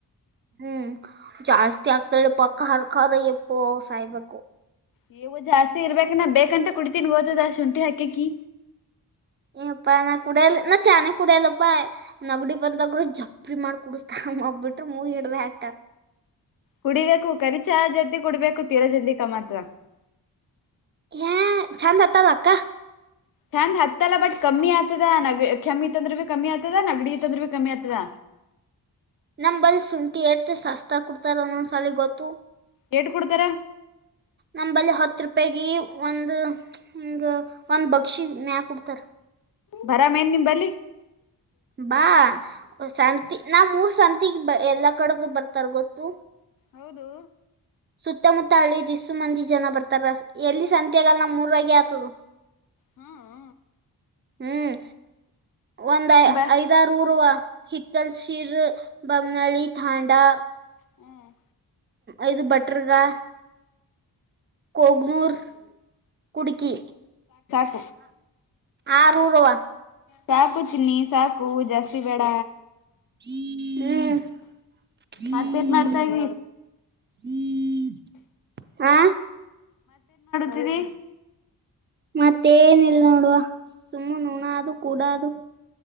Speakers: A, on the right; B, on the left.
A: ಹ್ಮ್ ಜಾಸ್ತಿ ಆಗ್ತಳಿ ಪಕ್ಕ ಹರ್ಖರ್ ಎಪ್ಪು ಸಾಯಬೇಕು
B: ನೀವು ಜಾಸ್ತಿ ಇರ್ಬೇಕ ನ ಬೇಕಂತ ಕುಡಿತೀನ್ ಓದದ ಶುಂಠಿ ಹಾಕಕ್ಕಿ
A: ಏಪ್ಪಾ ನಾ ಕುಡಿಯಲ್ ನಾ ಚಾನೆ ಕುಡಿಯಲ್ಲಪ್ಪಾ ನಗಡಿ ಬಂದಾಗರು ಜಬ್ರಿ ಮಾಡ್ ಕುಡ ಹಬ್ಬಿಟ್ಟು ಮೂವಿ ಇಡ್ದ ಆಕ್ಟ
B: ಕುಡಿಬೇಕು ಕಖರಿಚಾ ಜಲ್ತಿ ಕುಡ್ಬೇಕು ತೀರಾ ಜದಿಕ ಮಾಾತ್ರ
A: ಹ ಚಂದ್ ಹತ್ತದ ಅಕ್ಕ
B: ಚಂದ್ ಹತ್ತಲ್ಲ ಬಟ್ ಕಮ್ಮಿ ಆಗ್ತದ ನ ಕಮ್ಮಿ ಅಂದ್ರರು ಭಿ ಕಮ್ಮಿ ಆಗ್ತದ ನಗಡಿ ಅಂದ್ರರು ಭಿ ಕಮ್ಮಿ ಆಗ್ತದ
A: ನಮ ಬಲ್ ಶುಂಠಿ ಎತ್ ಸಸ್ತ ಕುಡ್ತಾರ ಅಂದೊಂದ್ಸಲ ಗೊತ್ತು
B: ಹೆಸ್ಟ್ ಕೊಡ್ತಾರ
A: ನಂಬಲ್ಲಿ ಹತ್ತು ರೂಪಾಯಿ ಗೆ ಒಂದ ಹಿಂಗ ಒಂದ್ ಬಕ್ಷಿ ಮ್ಯಾ ಕುಡ್ತಾರ
B: ಬರ ಮೇನ್ ನಿಂಬಲ್ಲಿ
A: ಬಾ ಸಂತಿ ನಾ ಮೂರ್ ಸಂತಗ್ ಎಲ್ಲಾ ಕಡದು ಬರ್ತಾರ ಗೊತ್ತು
B: ಹೌದು
A: ಸುತ್ತಮುತ್ತ ಹಳ್ಳಿದ ದ ಇಸು ಮಂದಿ ಜನ ಬರ್ತಾರ ಎಲ್ಲಿ ಸಂತೆಗ ನ ಮೂರವಗೆ ಆತದ
B: ಹ್ಮ ಹ
A: ಹ್ಮ್ ಒಂದ್ಐ
B: ಬ
A: ಐದಾರ ಊರ್ ಹಿತಲ್ ಶಿರ ಬಮನಳ ಥಾಂಡಾ
B: ಹ್ಮ್
A: ಐದು ಬಟ್ರಗಾ ಕಗ್ನೂರ್ ಕುಡುಕಿ
B: ಹ
A: ಆ ರೂರುರುವ
B: ಸಾಕು ಚಿನ್ನಿ ಸಾಕು ಜಾಸ್ತಿ ಬೇಡ
A: ಹ ಹ
B: ಮತ್ತೇನ್
A: ಹ
B: ಮಾಡ್ತಾ ಇದಿ
A: ಹ್ಮ ಹ
B: ಜಿ
A: ಮತ್ತೇನ ಇಲ್ ನೋಡುವ ಸುಮ್ಮ ನುಣ ಅದು ಕೂಡ ಅದು